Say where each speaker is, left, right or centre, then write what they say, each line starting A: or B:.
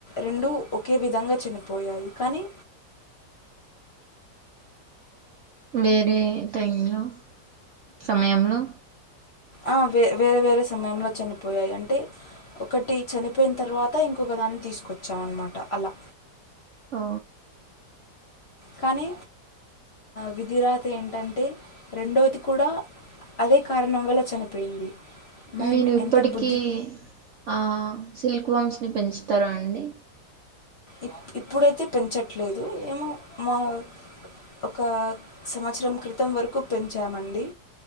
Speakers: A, on the left (about 50°); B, on the right (about 65°).
A: రెండు ఒకే విధంగా చనిపోయాయి కానీ
B: వేరే టైం లో సమయంలో
A: ఆ వే వేరే వేరే సమయంలో చనిపోయాయి అంటే ఒకటి చనిపోయిన తర్వాత ఇంకొక దాన్ని తీసుకొచ్చాం అన్నమాట అలా
B: ఉ
A: కానీ విధి రాత ఏంటంటే రెండవది కూడా అదే కారణం వల్ల చనిపోయింది మేము
B: నేను ఇప్పటికీ
A: ఎంత బుద్ధి
B: ఆ సిల్క్ వమ్స్ ని పెంచుతా స్తార అండి
A: ఇ ఇప్పుడైతె పెంచట్లేదు ఏమో మా ఒక సంవత్సరం క్రితం వరకు పెంచామండి